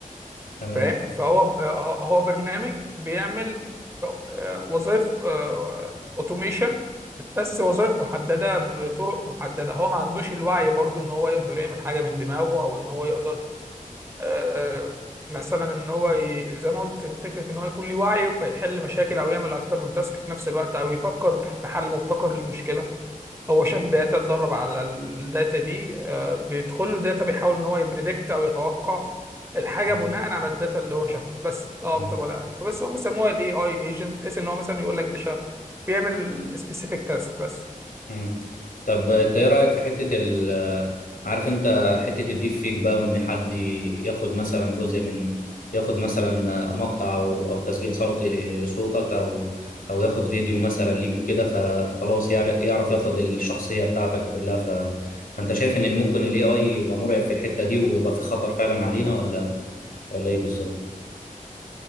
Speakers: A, on the left; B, on the right.
A: تمام
B: فاهم فهو ب- هو برنامج بيعمل وظائف اوتوميشن بس وظائف محددة بطرق محددة هو ما عندوش الوعي برضو ان هو يقدر يعمل حاجة من دماغه او ان هو يقدر آه مثلا ان هو ي... زي ما قلت فكرة ان هو يكون ليه وعي فيحل مشاكل او يعمل اكتر من تاسك في نفس الوقت او يفكر بح- في حل مبتكر للمشكلة هو شاف داتا اتدرب على الداتا دي آه بيدخل له داتا بيحاول ان هو يبريدكت او يتوقع الحاجة
A: مم.
B: بناء على الداتا اللي هو شافها بس لا
A: مم.
B: اكتر ولا اقل بس هو بيسموها الاي اي ايجنت بحيث ان هو مثلا يقول لك ده شا- بيعمل سبيسيفيك تاسك بس
A: مم. طب انت ايه رأيك في حتة ال عارف انت حتة الديب فيك بقى وان حد ياخد مثلا جزء من ياخد مثلا مقطع او او تسجيل صوتي ل- لصوتك او او ياخد فيديو مثلا ليك وكده فخلاص يعر- يعرف ياخد الشخصية بتاعتك كلها ف... فانت شايف ان اللي ممكن الاي اي يبقى مرعب في الحتة دي ويبقى في خطر فعلا علينا ولا ولا ايه بالظبط؟